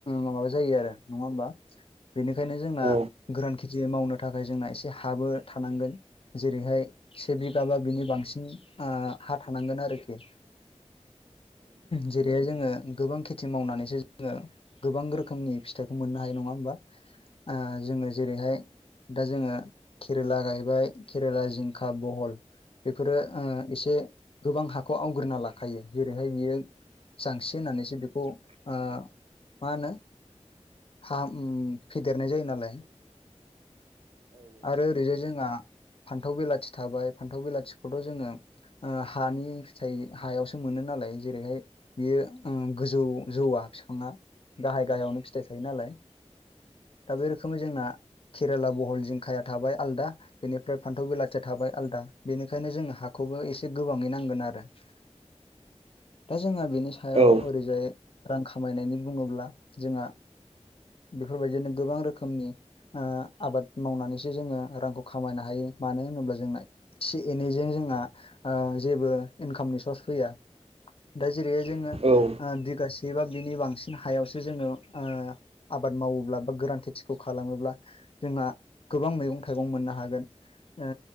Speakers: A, on the left; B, on the right.
A: माबा जायो आरो नंङा होमबा बेनिखायनो जोंना
B: औ उम औ
A: गोरान खेथि मावनो थाखाय जोंना एसे हाबो थानांगोन जेरैहाय सेबिगा बा बिनि बांसिन हा थानांगोन आरोखि जेरैहाय जोंङो गोबां खेथि मावनानैसो जोंङो। गोबां रोखोमनि फिथाइखौ मोननो हायो नंङा होमबा ओ जोंङो जेरैहाय दा जोंङो केरेला गायबाय केरेला, जिंखा, बहल बेफोरो ओ एसे गोबां हाखौ आवग्रिना लाखायो जेरैहाय बियो जांसि होननानैसो बेखौ ओ मा होनो हा उम फेदेरनाय जायो नालाय आरो ओरैजाय जोंहा फान्थाव बिलाथि थाबाय फान्थाव बिलाथिखौथ' जोंङो। ओ हानि फिथाइ हायावसो मोनो नालाय जेरैहाय बियो ओ गोजौ जौवआ बिफाङा गाहाय गाहायावनो फिथाइ थायो नालाय दा बे रोखोमै जोंना केरेला बहल जिंखाया थाबाय आलदा बेनिफ्राय फान्थाव बेलाथिया थाबाय आलदा बेनिखायनो जोंङो हाखौबो एसे गोबांङै नांगोन। दा जोंना बेनि सायाव
B: औ
A: ओरैजाय। रां खामायनायनि बुंङोब्ला जोंहा बेफोरबायदिनो गोबां रोखोमनि ओ आबाद मावनानैसो जोंङो रांखौ खामायनो हायो मानो होनोब्ला जोंना एसे एनैजों जोंहा ओ जेबो इनकामनि सर्स फैया दा जेरैहाय जोंङो
B: औ
A: बिगासे बा बिनि बांसिन हायावसो जोंङो ओ आबाद मावोब्ला बा गोरान खेथिखौ खालामोब्ला जोंहा गोबां मैगं थाइगं मोननो हागोन। ओ